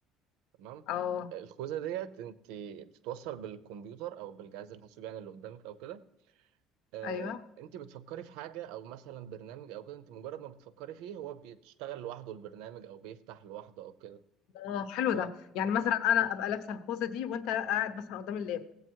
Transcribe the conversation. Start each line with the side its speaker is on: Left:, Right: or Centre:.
Right: تمام
Left: اه
Right: الخوذه ديت انت بتتوصل بالكمبيوتر او بالجهاز الحاسوب يعني اللي قدامك او كده آه،
Left: ايوه
Right: انت بتفكري في حاجه او مثلا برنامج او كده انت مجرد ما بتفكري فيه هو بيشتغل لوحده البرنامج او بيفتح لوحده او كده
Left: اه حلو
Right: ف
Left: ده يعني مثلا انا ابقى لابسه الخوذه دي وانت قاعد مثلا قدام اللاب